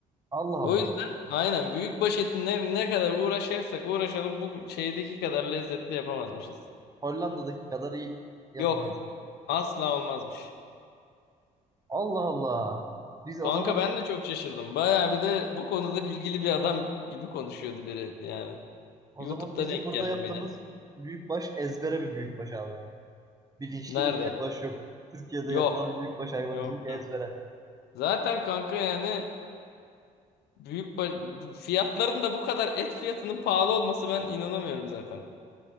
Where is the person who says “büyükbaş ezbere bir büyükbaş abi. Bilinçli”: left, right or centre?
Right